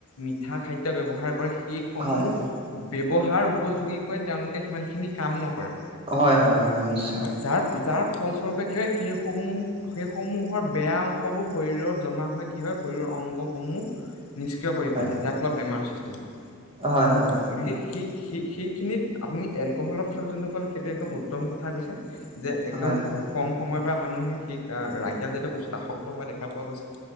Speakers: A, on the left; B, on the right.
A: মিঠা খাদ্য ব্যৱহাৰ কৰে সেই সমূহ
B: হয়
A: ব্যৱহাৰ উপযোগী তেওঁলোকে সিমান খিনি কাম নকৰে
B: হয় হয় হয় নিশ্চয়
A: হয় য যাৰ ফলস্বৰূপে কি হয় সেইসমূহ সেইসমূহৰ বেয়া অংশবোৰ শৰীৰত জমা হয় কি হয় শৰীৰৰ অংগসমূহ নিষ্ক্ৰিয় কৰি
B: হয়
A: পেলাই যাৰ ফলত বেমাৰ সৃষ্টি কি হয়
B: হয় হয়
A: গতিকে হি সী <unintelligible> সেইখিনিত আপুনি এলকহলৰ কথা যোনটো কলে সেইটো একদম উত্তম কথা কৈছে যে
B: হয়
A: একদম
B: হয়
A: খুব কম সময়ত মানুহে সেই ৰায়াত <unintelligible> যেতীয় বস্তুত আসক্ত হোৱা দেখা পোৱা গৈছে